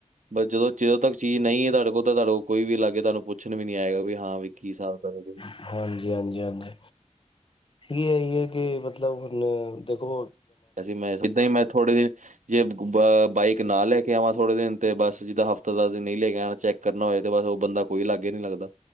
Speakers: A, on the right (about 70°); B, on the left (about 40°).
A: ਬਸ ਜਦੋਂ, ਜਦੋਂ ਤੱਕ ਚੀਜ਼ ਨਹੀਂ ਹੈ ਤੁਹਾਡੇ ਕੋਲ, ਤਾਂ ਤੁਹਾਡੇ ਕੋਲ ਕੋਈ ਵੀ ਲਾਗੇ ਤੁਹਾਨੂੰ ਪੁੱਛਣ ਵੀ ਨੀ ਆਏਗਾ ਵੀ। ਹਾਂ ਵੀ ਕੀ ਹਿਸਾਬ ਕਰੋਗੇ
B: ਹਾਂਜੀ- ਹਾਂਜੀ- ਹਾਂਜੀ, ਇਹ ਇਹੀ ਹੈ ਕਿ, ਮਤਲਬ ਹੁਣ ਦੇਖੋ
A: ਅਸੀ ਮੈਂ ਸਿੱਦਾਂ ਹੀ ਮੈਂ ਥੋੜੇ ਦਿਨ ਜੇ ਬਾਈਕ ਨਾ ਲੈ ਕੇ ਆਵਾਂ ਥੋੜੇ ਦਿਨ, ਤੇ ਬਸ ਜਿੱਦਾਂ ਹਫ਼ਤਾ ਦਾ ਅਸੀਂ ਨਹੀਂ ਲੈ ਕੇ ਆਣਾ ਚੈੱਕ ਕਰਨਾ ਹੋਏ ਤੇ ਬਸ ਉਹ ਬੰਦਾ ਕੋਈ ਲਾਗੇ ਨਹੀਂ ਲੱਗਦਾ।